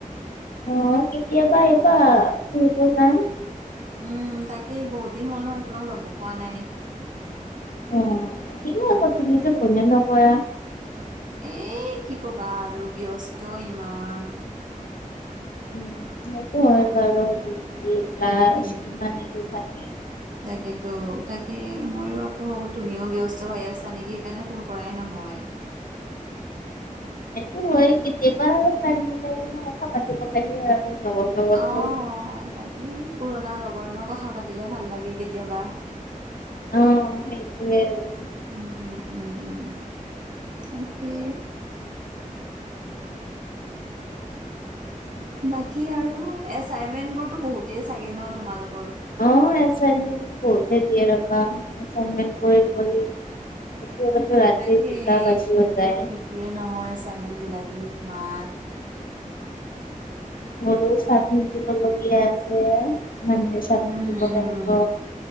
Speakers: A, on the left (about 85°); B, on the right (about 65°).
A: অ কেতিয়াবা এইবাৰ ফুৰিব যাম।
B: উম তাকেই বহুত দিন হ'ল নহয় তোমাক লগো পোৱা নাই।
A: অ আহিব আকৌ তুমিতো ফোনে নকৰা।
B: এ কি ক'বা আৰু ব্যস্ত ইমান।
A: উম। সেইটো হয়
B: আ
A: বাৰু ডিউটি ক্লাছ
B: তাকে
A: কিমান এইবোৰ থাকে।
B: তাকেতো তাকে মইও আকৌ ভাবোঁ তুমিও ব্যস্ত হৈ আছা নেকি সেইকাৰণে ফোন কৰাই নহয়।
A: সেইটো হয় কেতিয়াবা টাইম মিলাই কিনে কথা পাতিব লাগে আৰু। লগৰ লগতো
B: অ অ তাকেই পুৰণা লগৰ নহ কথা পাতি। লে ভাল লাগে কেতিয়াবা
A: অ সেইটোৱে আৰু
B: <inaudible> উম উম। উম উম তাকে। বাকী আৰু এচাইনমেন্ট বোৰতো বহুতেই চাগে নহ তোমালোক।
A: অ এচাইনমেন্ট বহুতে দিয়ে ৰবা এচাইনমেন্ট কৰি কৰি। কেতিয়াবাতো ৰাতি
B: তাকে
A: দুটা বাজিও
B: কিন্তু
A: যায়
B: ঠিকে নহয়। এচাইনমেণ্ট বিলাকে ইমানকে।
A: মোৰো চাক <unintelligible> লগীয়া আছে। এচাইনমেণ্ট চাবমিট
B: উম
A: দিব
B: উম
A: লাগিব